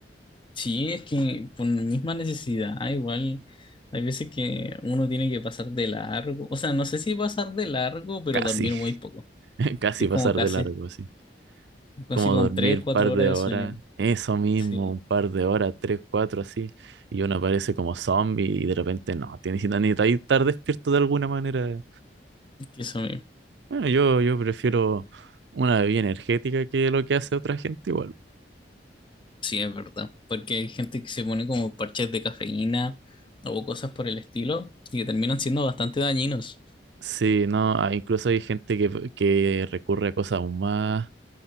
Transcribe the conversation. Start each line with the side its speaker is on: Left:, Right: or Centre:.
Left: Sí, es que por la misma necesidad, ah, igual. Hay veces que uno tiene que pasar de largo, o sea, no sé si pasar de largo, pero
Right: Casi,
Left: dormir muy poco,
Right: <laughs> casi
Left: que es
Right: pasar
Left: como casi
Right: de largo, así.
Left: Consigo
Right: Como dormir
Left: con 3,
Right: un
Left: 4
Right: par
Left: horas
Right: de
Left: de
Right: horas,
Left: sueño.
Right: eso mismo,
Left: Sí,
Right: un par de horas, tres, cuatro, así. Y uno aparece como zombie y de repente no, tienes que necesitar estar despierto de alguna manera.
Left: eso mismo.
Right: Bueno, yo, yo prefiero una bebida energética que lo que hace otra gente igual.
Left: Sí, es verdad. Porque hay gente que se pone como parches de cafeína o cosas por el estilo y que terminan siendo bastante dañinos.
Right: Sí, no, ah, incluso hay gente que, que recurre a cosas aún más